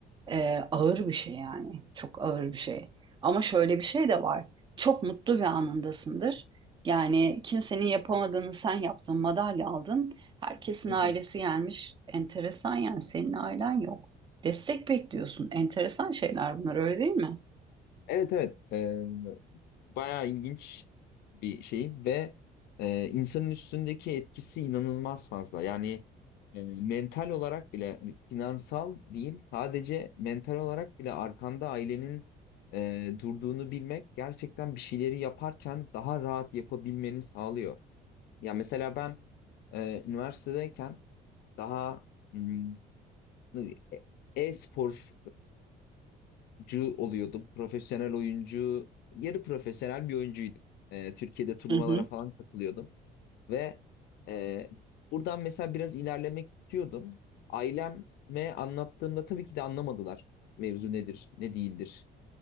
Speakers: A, on the right; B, on the left.
A: e, ağır bir şey yani çok ağır bir şey. Ama şöyle bir şey de var. Çok mutlu bir anındasındır. Yani kimsenin yapamadığını sen yaptın, madalya aldın. Herkesin
B: hı
A: ailesi
B: hı.
A: gelmiş. Enteresan yani senin ailen yok. Destek bekliyorsun. Enteresan şeyler bunlar öyle değil mi?
B: Evet evet. Ee, bayağı ilginç bir şey ve e, insanın üstündeki etkisi inanılmaz fazla. Yani e, mental olarak bile hani finansal değil sadece mental olarak bile arkanda ailenin e, durduğunu bilmek gerçekten bir şeyleri yaparken daha rahat yapabilmeni sağlıyor. Ya mesela ben e, üniversitedeyken daha hmm, e- e-spor oyuncu oluyordum. Profesyonel oyuncu, yarı profesyonel bir oyuncuydum. Ee, Türkiye'de turnuvalara
A: Hı hı,
B: falan katılıyordum ve e, buradan mesela biraz ilerlemek istiyordum. Aileme anlattığımda tabii ki de anlamadılar mevzu nedir, ne değildir.